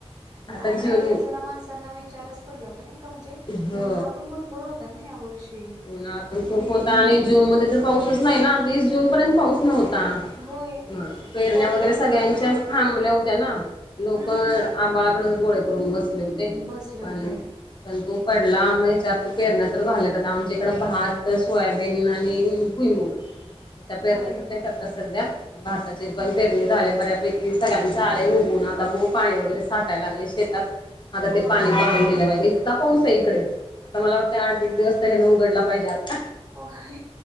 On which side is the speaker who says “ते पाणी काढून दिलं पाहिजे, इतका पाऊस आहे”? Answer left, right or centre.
Left